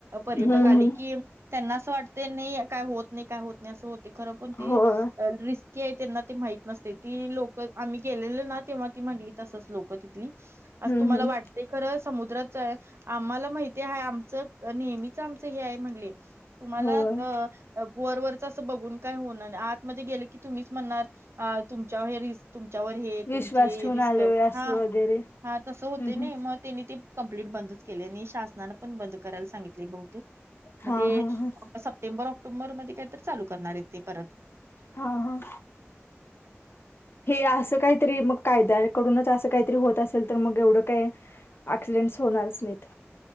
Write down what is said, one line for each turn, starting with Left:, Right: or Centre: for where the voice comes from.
Right: पर्यटक
Left: हम्म
Right: आले
Left: हम्म
Right: की. त्यांना असं वाटते नाही काय होत नाही काय होत नाही असं होत खरं पण रीस्की''--''
Left: होय
Right: की आहे त्यांना ते माहित नसते ती लोक आम्ही गेलेले ना तेव्हा ती म्हणित तसंच लोक ति.
Left: हम्म
Right: तुम्हाला
Left: हम्म
Right: वाट खर समुद्रात आम्हाला माहितीय आहे आम्ही. च नेहमीच आमच हे आहे म्हणले तुम्हाला
Left: होय
Right: अ. वरवररच असं बघून काय होणार नाही आतमध्ये गेलं की तुम्हीच म्हणणार तुमच्या हे रिस्''--'' तुमच्यावर हे
Left: विश्वास
Right: तुमची
Left: ठेवून
Right: रिस्क
Left: आले अस
Right: हा.
Left: वगैरे
Right: हा तसं
Left: हम्म
Right: होते
Left: हम्म
Right: नाही मग त्यांनी ते कंप्ललीट बंदच केले आणि शासनानें पण बंद करायला सांगितले बहुतेक. मग
Left: हा
Right: ते
Left: हा हा.
Right: सप्टेंबर ऑक्टोबर मध्ये काय तर चालू करणार आहेत ते परत.
Left: हा हा. हे असं कायतरी मग कायद्याकडूनच असं कायतरी होत असेल तर मग एवढं काय ऐक्सिडेंट्स होणारचं नाहीत.